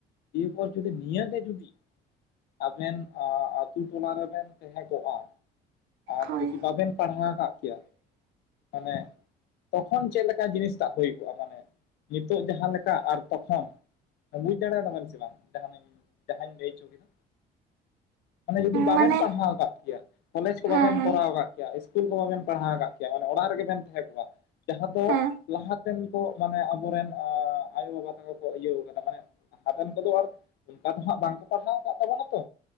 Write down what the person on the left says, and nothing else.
ᱮᱸ-ᱯᱚᱨ ᱡᱩᱫᱤ ᱱᱤᱭᱟᱹ ᱜᱮ ᱡᱩᱫᱤ ᱟᱵᱮᱱ ᱟᱹᱛᱩ ᱴᱚᱞᱟ ᱨᱮᱵᱮᱱ ᱛᱟᱦᱮᱸ ᱠᱚᱜᱼᱟ᱾ ᱟᱨ
ᱡᱩᱫᱤ ᱵᱟᱵᱮᱱ ᱯᱟᱲᱦᱟᱣ ᱠᱟᱜ ᱠᱮᱭᱟ ᱢᱟᱱᱮ ᱛᱚᱠᱷᱚᱱ ᱪᱮᱫ ᱞᱮᱠᱟ ᱡᱤᱱᱤᱥᱴᱟᱜ ᱦᱳᱭ ᱠᱚᱜᱼᱟ ᱢᱟᱱᱮ ᱱᱤᱛᱚᱜ ᱡᱟᱦᱟᱸ ᱞᱮᱠᱟ ᱟᱨ ᱛᱚᱠᱷᱚᱱ ᱵᱩᱡᱽ ᱫᱟᱲᱮᱭᱟ ᱫᱟ ᱵᱤᱱ ᱥᱮ ᱵᱟᱝ ᱡᱟᱸᱦᱟᱞᱤᱧ ᱡᱟᱦᱟᱧ ᱞᱟᱹᱭ ᱪᱚ ᱠᱮᱫᱟ᱾ ᱢᱟᱱᱮ ᱡᱩᱫᱤ ᱵᱟᱵᱮᱱ
ᱯᱟᱲᱦᱟᱣ ᱠᱟᱜ ᱠᱮᱭᱟ᱾ ᱠᱚᱞᱮᱡᱽ ᱠᱚ
ᱵᱟᱵᱮᱱ
ᱠᱚᱨᱟᱣ ᱠᱟᱫ ᱠᱮᱭᱟ, ᱤᱥᱠᱩᱞ ᱠᱚ ᱵᱟᱵᱮᱱ ᱯᱟᱲᱦᱟᱣ ᱠᱟᱫ ᱠᱮᱭᱟ ᱢᱟᱱᱮ ᱚᱲᱟᱜ ᱨᱮᱜᱮ ᱵᱮᱱ ᱛᱟᱦᱮᱸ ᱠᱚᱜᱼᱟ᱾ ᱡᱟᱦᱟᱸ ᱫᱚ
ᱞᱟᱦᱟᱛᱮᱱ ᱠᱚ ᱢᱟᱱᱮ ᱟᱵᱚᱨᱮᱱ ᱟᱸ ᱟᱭᱳ ᱵᱟᱵᱟ ᱛᱟᱠᱚ ᱠᱚ ᱤᱭᱟᱹᱣ ᱠᱟᱫᱟ ᱢᱟᱱᱮ ᱞᱟᱦᱟ ᱨᱮᱱ ᱠᱚᱫᱚ ᱟᱨ ᱚᱱᱠᱟ ᱫᱚ ᱦᱟᱸᱜ ᱵᱟᱝᱠᱚ ᱯᱟᱲᱦᱟᱣ ᱠᱟᱫ ᱛᱟᱵᱚᱱᱟ ᱛᱚ